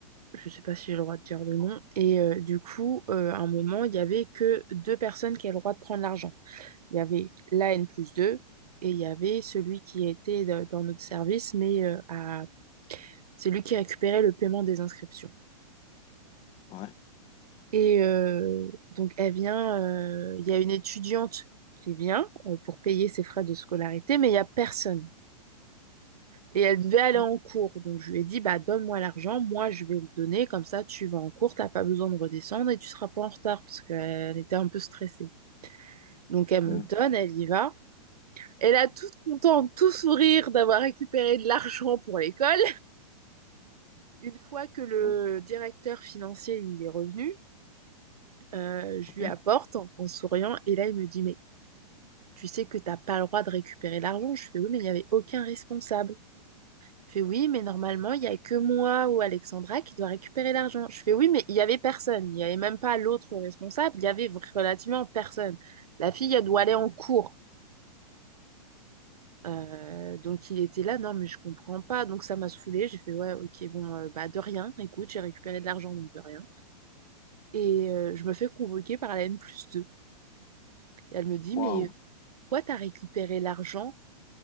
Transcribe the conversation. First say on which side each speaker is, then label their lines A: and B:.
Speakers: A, on the right (about 75°); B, on the left (about 30°).
A: Je sais pas si j'ai le droit de dire le nom. Et euh, du coup, euh, à un moment, il y avait que deux personnes qui avaient le droit de prendre l'argent. Il y avait la N plus 2 et il y avait celui qui était de- dans notre service, mais euh, à, celui qui récupérait le paiement des inscriptions.
B: Ouais.
A: Et euh, donc, elle vient, euh, il y a une étudiante qui vient euh, pour payer ses frais de scolarité, mais il n'y a personne. Et elle devait aller
B: Ouais.
A: en cours. Donc, je lui ai dit, bah, donne-moi l'argent, moi, je vais le donner, comme ça, tu vas en cours, t'as pas besoin de redescendre et tu seras pas en retard, parce qu'elle était un peu stressée. Donc, elle
B: Ouais.
A: me le donne, elle y va. Elle a toute contente, tout sourire d'avoir récupéré de l'argent pour l'école. Une fois que le
B: Ouais.
A: directeur financier il est revenu, euh, je
B: OK.
A: lui apporte en, en souriant et là il me dit mais tu sais que t'as pas le droit de récupérer l'argent. Je fais oui, mais il n'y avait aucun responsable. Je fais oui, mais normalement, il n'y a que moi ou Alexandra qui doit récupérer l'argent. Je fais oui, mais il n'y avait personne. Il n'y avait même pas l'autre responsable. Il y avait relativement personne. La fille, elle doit aller en cours. Euh, donc il était là, non, mais je comprends pas. Donc ça m'a saoulée. J'ai fait ouais, ok, bon, euh, bah de rien. Écoute, j'ai récupéré de l'argent, donc de rien. Et euh, je me fais convoquer par la N plus deux. Et elle me dit, mais
B: Waouh.
A: euh, pourquoi t'as récupéré l'argent